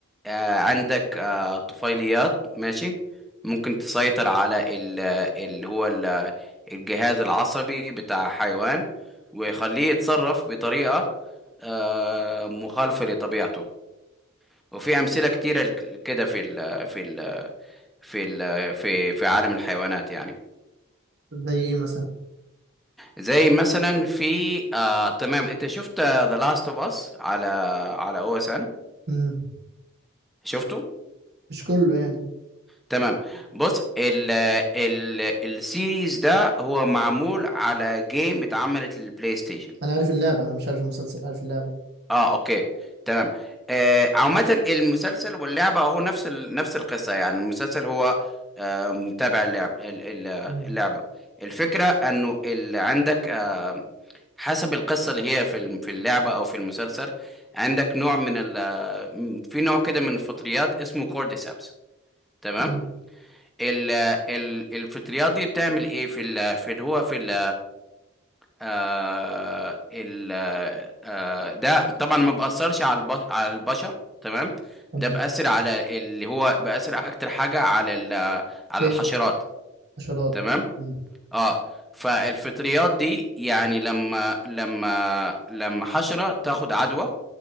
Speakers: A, in the centre; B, on the right (about 50°).
A: آه، عندك آه، طفيليات ماشي ممكن تسيطر على ال- اللي هو ال- الجهاز العصبي بتاع حيوان ويخليه يتصرف بطريقة آه، مخالفة لطبيعته وفي أمثلة كتيرة لك- كده في ال في ال في ال في في عالم الحيوانات يعني
B: زي إيه مثلا؟
A: زي مثلا في آه تمام انت شفت ذا لاست اوف اس على على او اس ان
B: مم.
A: شفته
B: مش كله يعني
A: تمام بص ال ال السيريز ده هو معمول على جيم اتعملت للبلاي ستيشن
B: أنا عارف اللعبة أنا مش عارف المسلسل عارف اللعبة
A: اه اوكي تمام آه عامة المسلسل واللعبة هو نفس ال... نفس القصة يعني المسلسل هو آه متابع اللعب ال- ال-
B: مم.
A: اللعبة الفكرة انه اللي عندك آه حسب القصة اللي هي في الم- في اللعبة او في المسلسل عندك نوع من ال... آه، في نوع كده من الفطريات اسمه كورديسابس تمام
B: مم.
A: ال... ال... الفطريات دي بتعمل ايه في ال... في اللي هو في ال... آه ال آه ده طبعا ما بأثرش على البش على البشر تمام
B: تمام
A: ده بأثر على اللي هو بأثر أكتر حاجة على ال على
B: كائن
A: الحشرات
B: حشرات
A: تمام
B: مم.
A: اه فالفطريات دي يعني لما لما لما حشرة تاخد عدوى